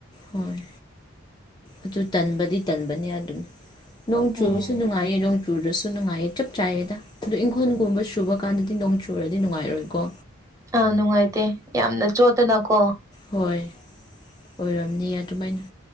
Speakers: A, on the left (about 20°); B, on the right (about 15°).
A: ꯍꯣꯏ ꯑꯗꯨ ꯇꯟꯕꯗꯤ ꯇꯟꯕꯅꯤ ꯑꯗꯨꯅꯤ ꯅꯣꯡ ꯆꯨꯕꯁꯨ
B: ꯎꯝ
A: ꯅꯨꯡꯉꯥꯏꯌꯦ ꯅꯣꯡ ꯆꯨꯔꯁꯨ ꯅꯨꯡꯉꯥꯏꯌꯦ ꯆꯞ ꯆꯥꯏꯑꯌꯦꯗ ꯑꯗꯨꯗꯣ ꯏꯪꯈꯣꯜꯒꯨꯝꯕ ꯁꯨꯕ ꯀꯥꯟꯗꯗꯤ ꯅꯣꯡ ꯆꯨꯔꯗꯤ ꯅꯨꯡꯉꯥꯏꯔꯣꯏꯀꯣ
B: ꯑꯥ ꯅꯨꯡꯉꯥꯏꯇꯦ ꯌꯥꯝꯅ ꯆꯣꯠꯇꯅꯀꯣ
A: ꯍꯣꯏ ꯑꯣꯏꯔꯝꯅꯤ ꯑꯗꯨꯃꯥꯏꯅ